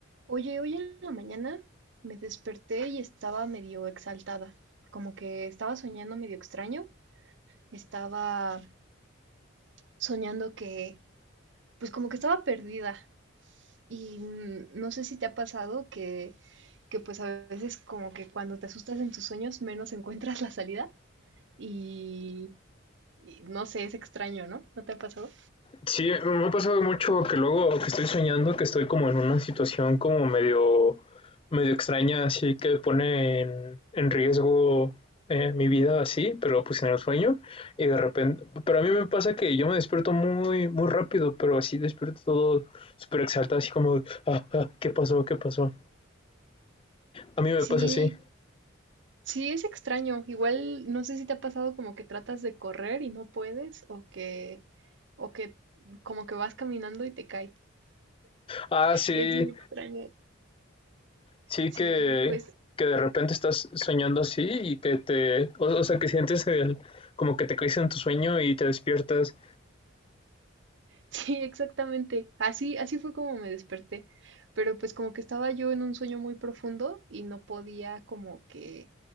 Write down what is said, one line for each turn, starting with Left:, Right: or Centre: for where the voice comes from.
Right: Oye, hoy en la mañana me desperté y estaba medio exaltada, como que estaba soñando medio extraño, estaba soñando que, pues como que estaba perdida y mm, no sé si te ha pasado que, que pues a veces como que cuando te asustas en tus sueños menos <laughs> encuentras la salida y, y no sé, es extraño, ¿no? ¿No te ha pasado?
Left: Sí, me ha pasado mucho que luego que estoy soñando que estoy como en una situación como medio, medio extraña, así que pone en, en riesgo eh, mi vida así, pero pues en el sueño y de repente, pero a mí me pasa que yo me despierto muy, muy rápido, pero así despierto todo súper exaltado, así como, ah, ah, ¿qué pasó? ¿Qué pasó? A mí me
Right: Sí,
Left: pasa así.
Right: Sí, es extraño. Igual no sé si te ha pasado como que tratas de correr y no puedes, o que, o que como que vas caminando y te cae.
Left: Ah, sí,
Right: Es bien extraño.
Left: sí
Right: Sí,
Left: que,
Right: pues <laughs>
Left: que de repente estás soñando así y que te, o, o sea, que sientes el, como que te caes en tu sueño y te despiertas,
Right: sí, exactamente. Así, así fue como me desperté. Pero pues como que estaba yo en un sueño muy profundo y no podía como que